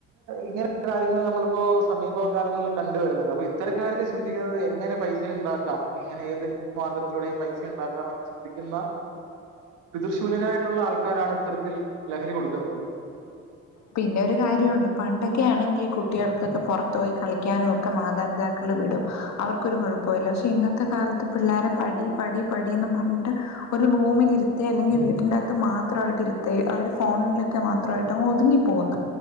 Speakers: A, on the right (about 75°); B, on the left (about 60°).
A: ഇങ്ങനെ ഇങ്ങനെ കാര്യങ്ങൾ നമ്മളിപ്പോ സമീപ കാലങ്ങളിൽ കണ്ടുവരുന്നുണ്ട് അപ്പൊ ഇത്തരക്കാരൊക്കെ ചിന്തിക്കുന്നത് എങ്ങനെ പൈസ ഉണ്ടാക്കാം ഇങ്ങനെ ഏത് മാർഗത്തിലൂടെയും പൈസ ഉണ്ടാക്കാമെന്ന് ചിന്തിക്കുന്ന പിതൃശൂന്യരായിട്ടുള്ള ആൾക്കാരാണ് ഇത്തരത്തിൽ ലഹരി കൊടുക്കുന്നത്
B: പിന്നെ ഒരു കാര്യമുണ്ട് പണ്ടൊക്കെ ആണെങ്കിൽ കുട്ടികൾക്കൊക്കെ പുറത്ത് പോയി കളിക്കാനും ഒക്കെ മാതാപിതാക്കൾ വിടും അവർക്കൊരു കുഴപ്പമല്ല പക്ഷേ ഇന്നത്തെ കാലത്ത് പിള്ളേരെ പടി പടി പടി പടിന്നും പറഞ്ഞിട്ട് ഒരു റൂമിൽ ഇരുത്തേ അല്ലെങ്കിൽ വീട്ടിറ്ൻകത്ത് മാത്രമായിട്ട് ഇരുത്തെ അവര് ഫോണിലൊക്കെ മാത്രമായിട്ട് അങ്ങ് ഒതുങ്ങി പോവുന്നു